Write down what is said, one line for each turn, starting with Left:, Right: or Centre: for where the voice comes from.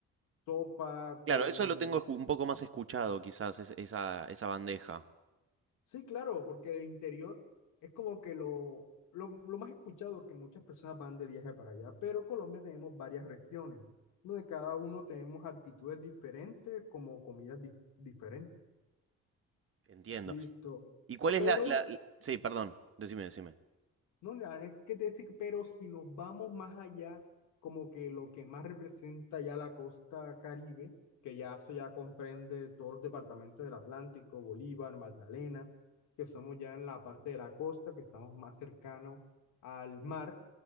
Left: sopa,
Right: Claro,
Left: con...
Right: eso lo tengo escu- un poco más escuchado, quizás, es- esa, esa bandeja.
Left: Sí, claro, porque el interior es como que lo, lo, lo más escuchado, porque muchas personas van de viaje para allá, pero Colombia tenemos varias regiones, donde cada uno tenemos actitudes diferentes, como comidas dif- diferentes.
Right: Entiendo.
Left: Listo.
Right: ¿Y cuál es
Left: Pero
Right: la, la- la- Sí, perdón, decime, decime.
Left: No, nada, es que te decir, pero si nos vamos más allá, como que lo que más representa ya la costa Caribe, que ya eso ya comprende todos los departamentos del Atlántico, Bolívar, Magdalena, que somos ya en la parte de la costa, que estamos más cercanos al mar,